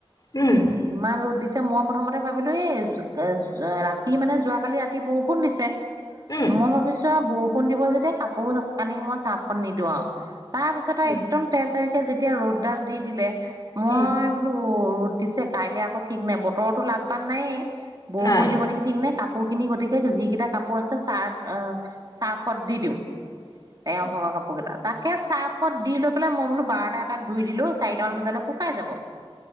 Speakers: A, on the left; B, on the right.
A: উম।
B: ইমান ৰ'দ দিছে মই প্ৰথমতে ভাবিলো, এই জ, যে ৰাতি মানে যোৱাকালি ৰাতি বৰষুণ দিছে।
A: উম।
B: মই ভাবিছোঁ আৰু বৰষুণ দিব যেতিয়া কাপোৰ কানি মই চাৰ্ফত নিদিওঁ আৰু। তাৰ পিছত
A: উম
B: একদম তেৰ তেৰকে যেতিয়া ৰ'দডাল দি দিলে, মই
A: উম
B: ওঅ ৰ'দ দিছে কাইলে আকৌ ঠিক নাই বতৰটো লাগবান নাইয়ে, বৰষুণ
A: নাই
B: দিব নেকি ঠিক নাই কাপোৰ খিনি গতিকে যিকেইটা কাপোৰ আছে, চাৰ্ট অ চাৰ্ফত দি দিওঁ। এওঁ‌ ভাগৰ কাপোৰ কেইটা, তাকে চাৰ্ফত দি লৈ পেলাই মই বোলো বাৰটা এটাত ধুই দিলো, চাৰিটামান বজালে শুকাই যাব।